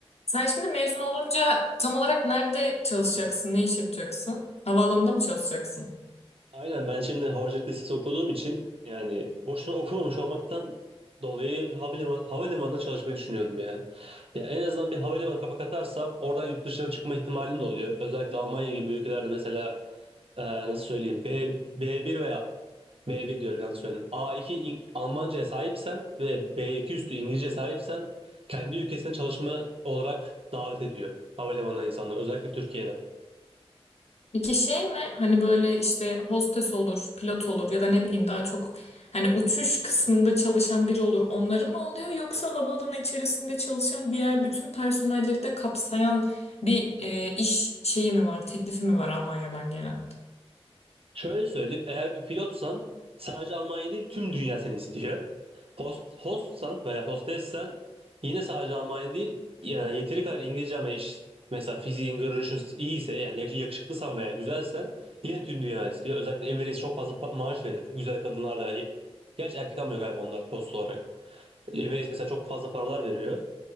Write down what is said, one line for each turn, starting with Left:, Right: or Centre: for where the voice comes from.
Left: Sen şimdi mezun olunca tam olarak nerede çalışacaksın, ne iş yapacaksın? Havaalanında mı çalışacaksın?
Right: Aynen ben şimdi havacılık lisesi okuduğum için yani boşuna okumamış olmaktan dolayı havaliman, havalimanında çalışmayı düşünüyorum ya. Ya en azından bir havalimanı kapak atarsam oradan yurt dışına çıkma ihtimalim de oluyor. Özellikle Almanya gibi ülkelerde mesela e, nasıl söyleyeyim B, B1 veya B1 diyorum yanlış söyledim. A2 İng- Almanca'ya sahipsen ve B2 üstü İngilizce sahipsen kendi ülkesine çalışma olarak davet ediyor havalimanına insanlar özellikle Türkiye'den.
Left: Peki şey mi hani böyle işte hostes olur, pilot olur ya da ne bileyim daha çok hani uçuş kısmında çalışan biri olur onları mı alıyor yoksa havaalanı içerisinde çalışan diğer bütün personelleri de kapsayan bir e, iş şeyi mi var, teklifi mi var Almanya'dan gelen?
Right: Şöyle söyleyeyim, eğer bir pilotsan sadece Almanya değil tüm dünya seni istiyor. Host, hostsan veya hostessen yine sadece Almanya değil yani yeteri kadar İngilizcen ve iş mesela fiziğin, görünüşün iyiyse yani yak- yakışıklısan veya güzelsen yine tüm dünya istiyor. Özellikle Emirates çok fazla pa- maaş verir güzel kadınlarla. Gerçi erkek almıyor galiba onlar host olarak. Emirates mesela çok fazla paralar veriyor.